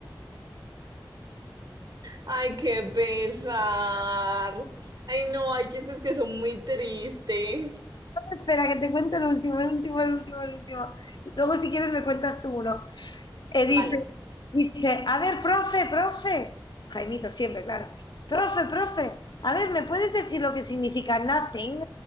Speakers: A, on the right; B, on the left.
A: Ay, qué pesar. Ay, no, hay chistes que son muy tristes.
B: Espera, que te cuente el último, el último, el último, el último. Luego, si quieres, me cuentas tú uno. Eh, dice,
A: Vale.
B: dice, a ver, profe, profe, Jaimito siempre, claro, profe, profe, a ver, ¿me puedes decir lo que significa nothing?